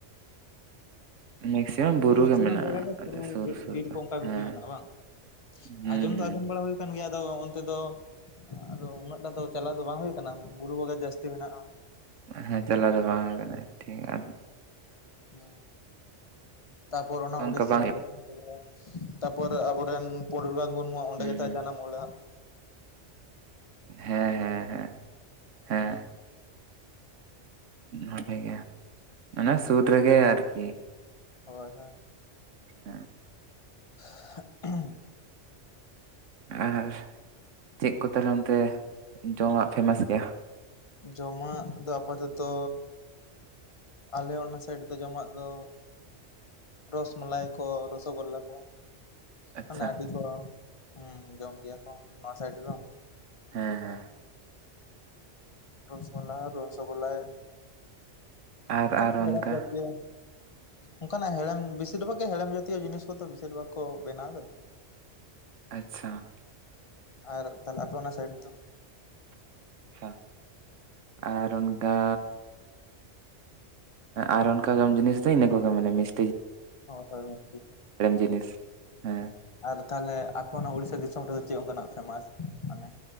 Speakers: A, on the right; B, on the left.
A: ᱢᱮᱠᱥᱤᱢᱟᱢ
B: ᱢᱟᱱᱮ
A: ᱵᱩᱨᱩ
B: ᱢᱮᱠᱥᱤᱢᱟᱢ
A: ᱜᱮ ᱢᱮᱱᱟᱜᱼᱟ
B: ᱡᱟᱭᱜᱟ ᱜᱮ
A: ᱟᱞᱮ
B: ᱵᱩᱨᱩ
A: ᱥᱩᱨ ᱥᱩᱨ
B: ᱵᱤᱨ
A: ᱫᱚ
B: ᱠᱚ ᱚᱱᱠᱟ ᱵᱮᱥᱤ
A: ᱦᱮᱸ
B: ᱢᱮᱱᱟᱜᱼᱟ ᱵᱟᱝ‌?
A: ᱦᱩᱸ
B: ᱟᱸᱡᱚᱢ ᱫᱚ
A: ᱦᱩᱸ
B: ᱟᱸᱡᱚᱢ ᱵᱟᱲᱟ ᱦᱩᱭ ᱠᱟᱱ ᱜᱮᱭᱟ ᱟᱫᱚ ᱛᱮᱫᱚ ᱟᱫᱚ ᱩᱱᱟᱹᱜᱴᱟᱜ ᱫᱚ ᱪᱟᱞᱟᱣ ᱫᱚ ᱵᱟᱝ ᱦᱩᱭ ᱠᱟᱱᱟ ᱵᱩᱨᱩ ᱠᱚᱜᱮ ᱡᱟᱹᱥᱛᱤ ᱢᱮᱱᱟᱜᱼᱟ
A: ᱦᱮᱸ ᱪᱟᱞᱟᱣ ᱫᱚ ᱵᱟᱝ ᱦᱩᱭ ᱠᱟᱱᱟ ᱴᱷᱤᱠᱟ
B: ᱦᱩ ᱛᱟᱯᱚᱨ ᱚᱱᱟ
A: ᱚᱱᱠᱟ
B: ᱩᱲᱤᱥᱥᱟ
A: ᱵᱟᱝ
B: ᱫᱤᱥᱚᱢ ᱨᱮᱜᱮ ᱛᱟᱯᱚᱨ ᱟᱵᱚᱨᱮᱱ ᱯᱚᱱᱰᱤᱛ ᱨᱚᱜᱷᱩᱱᱟᱛᱷ ᱢᱩᱨᱢᱩᱣᱟᱜ ᱚᱚᱱᱰᱮ
A: ᱦᱩᱸ
B: ᱜᱮᱛᱟᱭ
A: ᱦᱩᱸ
B: ᱡᱟᱱᱟᱢ ᱚᱲᱟᱜ ᱾
A: ᱦᱮᱸ ᱦᱮᱸ ᱦᱮᱸ᱾ ᱦᱮᱸ
B: ᱚᱸᱻ
A: ᱱᱚᱰᱮ ᱜᱮ ᱢᱟᱱᱮ ᱥᱩᱨ ᱨᱮ ᱜᱮ ᱟᱨᱠᱤ
B: ᱦᱳᱭ ᱦᱳᱭ
A: ᱦᱮᱸ
B: ᱻ <unintelligible>
A: ᱟᱨ ᱪᱮᱫ ᱠᱚ ᱛᱟᱦᱟᱞᱮ ᱚᱱᱛᱮ ᱡᱚᱢᱟᱜ ᱯᱷᱮᱢᱟᱥ ᱜᱮᱭᱟ
B: ᱡᱚᱢᱟᱜ ᱫᱚ ᱟᱯᱟᱛᱚᱛᱚ ᱟᱞᱮ ᱚᱱᱟ ᱥᱟᱭᱤᱰ ᱫᱚ ᱡᱚᱢᱟᱜ ᱫᱚ ᱨᱚᱥᱢᱞᱟᱭ ᱠᱚ ᱨᱚᱥᱚᱜᱳᱞᱞᱟ ᱠᱚ
A: ᱟᱪᱪᱷᱟ
B: ᱦᱟᱱᱮ ᱟᱹᱰᱤ ᱠᱚ ᱦᱮ ᱡᱚᱢ ᱜᱮᱭᱟ ᱠᱚ ᱱᱚᱣᱟ ᱥᱟᱭᱤᱰᱫᱚ
A: ᱦᱮᱸ ᱦᱮᱸ
B: ᱨᱚᱥᱚᱢᱞᱟ ᱨᱚᱥᱚᱜᱳᱞᱞᱟᱭ
A: ᱟᱨ
B: ᱚᱱᱠᱟᱱᱟᱜ
A: ᱟᱨ
B: ᱵᱟᱨᱭᱟ
A: ᱚᱱᱠᱟ
B: ᱯᱮᱭᱟ ᱚᱱᱠᱟᱱᱟᱜ ᱦᱮᱲᱮᱢ ᱵᱮᱥᱤᱨ ᱵᱷᱟᱜᱽ ᱜᱮ ᱦᱮᱲᱮᱢ ᱡᱟᱛᱤᱭᱚ ᱡᱤᱱᱤᱥ ᱠᱚᱫᱚ ᱵᱮᱥᱤᱨ ᱵᱷᱟᱜᱽ ᱠᱚ ᱵᱮᱱᱟᱣ ᱮᱫᱟ
A: ᱟᱪᱪᱷᱟ ᱟᱪᱪᱷᱟ
B: ᱟᱨ ᱛᱟᱦᱞᱮ ᱟᱯᱮ ᱚᱱᱟ ᱥᱟᱭᱤᱰ ᱫᱚ
A: ᱟᱪᱪᱷᱟ ᱟᱨ ᱚᱱᱠᱟ ᱟᱨ ᱚᱱᱠᱟ ᱡᱚᱢ ᱡᱤᱱᱤᱥ ᱫᱚ ᱤᱱᱟᱹ ᱠᱚᱜᱮ ᱢᱟᱱᱮ ᱢᱤᱥ
B: ᱦᱳᱭ ᱦᱳᱭ ᱴᱷᱤᱠ
A: ᱡᱤᱱᱤᱥ ᱦᱮᱸ
B: ᱟᱨ ᱛᱟᱦᱮ ᱚᱱᱟ ᱩᱲᱤᱥᱥᱟ ᱫᱤᱥᱚᱢ ᱨᱮᱫᱚ ᱪᱮᱫ ᱚᱱᱠᱟᱱᱟᱜ ᱯᱷᱮᱢᱟᱥ ᱠᱟᱱᱟ